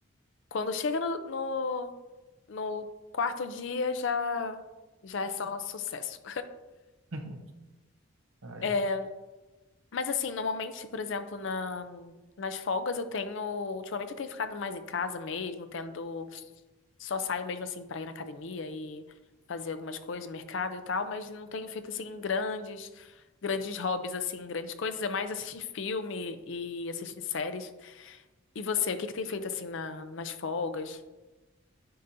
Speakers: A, on the left; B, on the right.
A: quando chega no, no, no quarto dia já já é só sucesso.
B: <laughs> Ah, é.
A: <laughs> Mas assim, normalmente, por exemplo, na, nas folgas eu tenho. Ultimamente eu tenho ficado mais em casa mesmo, tendo. Só saio mesmo assim pra ir na academia e fazer algumas coisas, mercado e tal, mas não tenho feito assim grandes, grandes hobbies, assim, grandes coisas. É mais assistir filme e assistir séries. E você, o que que tem feito assim na, nas folgas?